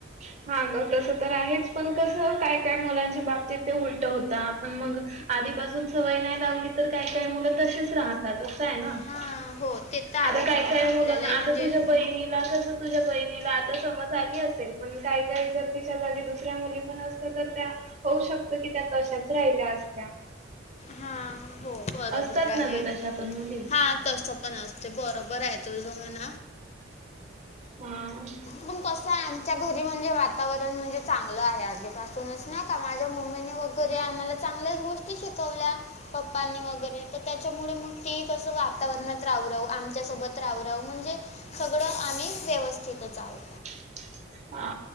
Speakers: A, on the right; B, on the left.
A: ह हां ग तसं तर आहेच पण कसं काय काय मुलांच्या बाबतीत ते उलट होत आपण मग आधीपासून सवय नाही लावली तर काही काही मुलं तसेच राहतात.
B: हां हो ते तर आहेच
A: आता काय
B: म्हणा
A: काय
B: आपल्यालाही
A: मुलांना
B: म्हणजे
A: आता तुझ्या बहिणीला कस तुझ्या बहिणीला आता समज आली अस पण काय काय जर तिच्या जागी दुसऱ्या मुली पण असत तर त्या होऊ शकत की त्या तशाच राहिल्या असत्या?
B: हा हो बरोबर
A: असतात
B: आहे
A: ना ग तशा पण मुली
B: हा. तस पण असत बरोबर आहे तुझ म्हण.
A: हम्म
B: पण कसं आहे आमच्या घरी म्हणजे वातावरण म्हणजे, चांगलं आहे आधीपासूनच ना का माझ्या मम्मीने वगैरे आम्हाला चांगल्याच गोष्टी शिक वल्या पप्पांनी वगैरे तर त्याच्यामुळे मग ती तस वातावरणात राहु राहू आमच्यासोबत राहू राहू म्हणजे सगळं आम्हीच व्यवस्थितच आहोत.
A: <unintelligible> हा